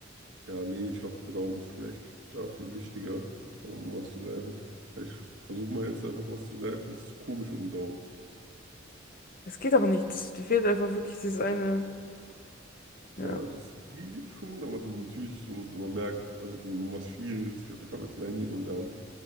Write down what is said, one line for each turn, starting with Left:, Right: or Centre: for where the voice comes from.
Right: Ja, nee, ich glaube, der Daumen ist schon echt da viel wichtiger, einfach um was zu greifen. Weil ich versuche mal jetzt einfach was zu greifen, das ist komisch ohne Daumen.
Left: Es geht auch nicht. Das, dir fehlt einfach wirklich dieses eine.
Right: Ja,
Left: Ja,
Right: also es geht schon, aber dann natürlich so, wenn man merkt, also wenn man was Schwieriges, ich, ich habe jetzt mein Handy nur in der Hand.